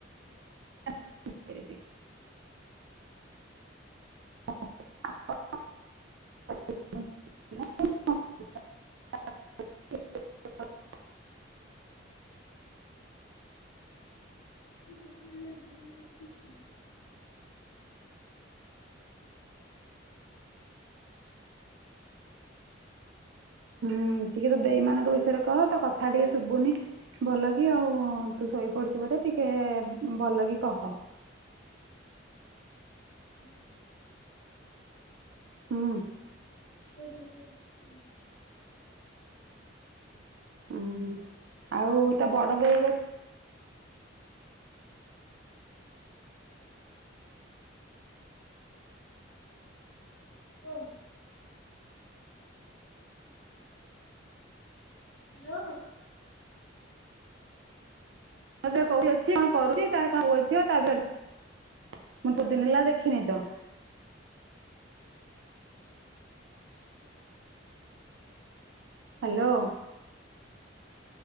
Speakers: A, on the right (about 70°); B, on the left (about 70°).
A: <unintelligible> ଅ ଅ ଅ <unintelligible> ହ ହ
B: ସେ
A: ହୁଁ ଟିକେ ତ ଦେଇ ମାନଙ୍କ ବିଷୟରେ କହ ତ କଥା ଟିକେ ଶୁଭୁନି ଭଲ କି ଆଉ ତୁ ଶୋ ପଡିଛୁ ବୋଧେ ଟିକେ ଭଲ କି କହ।
B: ହୁଁ
A: ହଁ।
B: ସେ ସେ ସେ
A: ହୁଁ ହୁଁ ଆଉ ତ ବଡ ବି ଏବେ
B: ଓ। ହାଲୋ।
A: ତ ଏବେ କୋଉଠି ଅଛି କଣ କରୁଚି ତାର କଣ ପୁଅ ଝିଅ ତା ମୁଁ ତୁ ଦିନେ ହେଲା ଦେଖିନି ତ। ହ୍ୟାଲୋ।